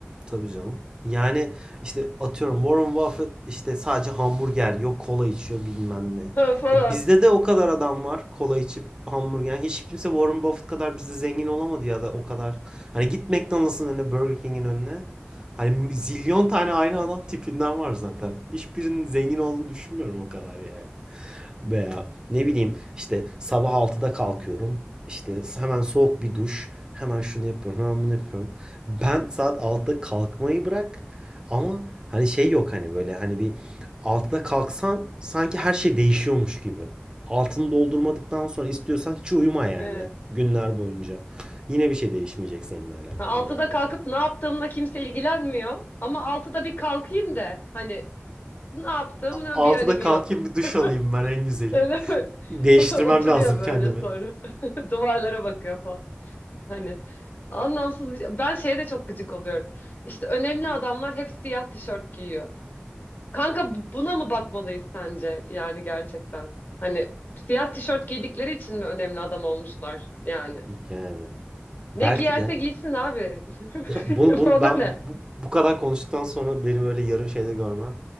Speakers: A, on the right; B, on the left.
A: Tabii canım. Yani işte atıyorum Warren Buffett işte sadece hamburger yok kola içiyor bilmem ne.
B: Ha, Falan.
A: E bizde de o kadar adam var kola içip hamburger. Yani Hiç kimse Warren Buffett kadar bizde zengin olamadı ya da o kadar. Hani git McDonald's'ın önüne Burger King'in önüne. Hani zilyon tane aynı adam tipinden var zaten. Hiçbirinin zengin olduğunu düşünmüyorum o kadar yani. Veya ne bileyim işte sabah altıda kalkıyorum. İşte hemen soğuk bir duş. Hemen şunu yapıyorum, hemen bunu yapıyorum. Ben saat altıda kalkmayı bırak. Ama hani şey yok hani böyle hani bir altıda kalksan sanki her şey değişiyormuş gibi. Altını doldurmadıktan sonra istiyorsan hiç uyuma yani
B: Evet.
A: günler boyunca. Yine bir şey değişmeyecek seninle alakalı
B: Ha, Altıda
A: olarak.
B: kalkıp ne yaptığımla kimse ilgilenmiyor. Ama altıda bir kalkayım da hani ne yaptığımın
A: altıda
B: bir önemi
A: kalkayım
B: yok.
A: bir duş alayım ben en
B: <laughs>
A: güzeli.
B: Öyle mi?
A: Değiştirmem
B: <laughs> Oturuyor
A: lazım
B: böyle
A: kendimi.
B: sonra. <laughs> Duvarlara bakıyor Hani anlamsız bir şey. Ben şeye de çok gıcık oluyorum. İşte önemli adamlar hep siyah tişört giyiyor. Kanka bu- buna mı bakmalıyız sence yani gerçekten? Hani siyah tişört giydikleri için mi önemli adam olmuşlar yani?
A: Yani
B: Ne
A: belki
B: giyerse
A: de
B: giysin abi. <laughs>
A: Bunu, bunu
B: Ona
A: ben
B: ne?
A: bu, bu- kadar konuştuktan sonra benim öyle yarın şeyde görmen